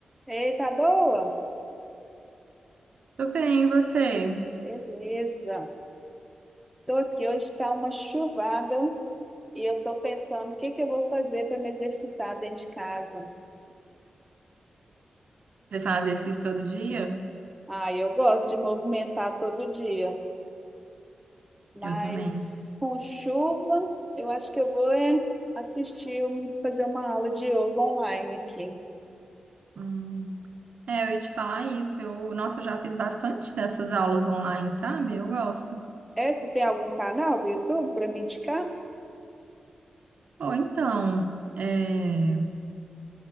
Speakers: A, in the centre; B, on the right (about 60°).
A: Ei, tá boa?
B: Tô bem, e você?
A: Beleza. Tô aqui, hoje tá uma chuvada e eu tô pensando o que que eu vou fazer para me exercitar dentro de casa.
B: Você faz exercício todo dia?
A: Ah, eu gosto de movimentar todo dia, mas
B: Eu também.
A: com chuva, eu acho que eu vou é, assistir, um- fazer uma aula de yoga online aqui.
B: Hum. É, eu ia te falar isso. Eu, nossa, eu já fiz bastante dessas aulas online, sabe? Eu gosto.
A: É, você tem algum canal do YouTube para me indicar?
B: Ou então, é,